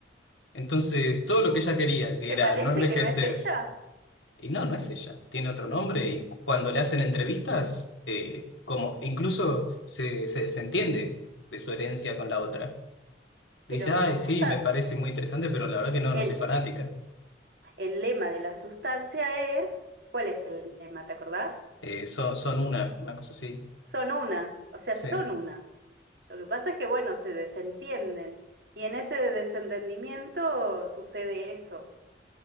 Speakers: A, on the left (about 85°); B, on the right (about 60°).
A: Entonces, todo lo que ella quería, que
B: ¿Te
A: era
B: parece
A: no envejecer,
B: que no es ella?
A: Y no, no es ella, tiene otro nombre
B: Sí,
A: y cuando le hacen entrevistas, eh, como incluso se, se desentiende de su herencia con la otra.
B: pero
A: Dice, ay, sí,
B: justa
A: me parece muy interesante, pero la verdad que no,
B: el,
A: no soy fanática.
B: el lema de la sustancia es, ¿cuál es el lema? ¿Te acordás?
A: Eh, son, son una, una cosa así.
B: Son una, o sea,
A: Sí.
B: son una. Lo que pasa es que, bueno, se desentienden y en ese desentendimiento sucede eso.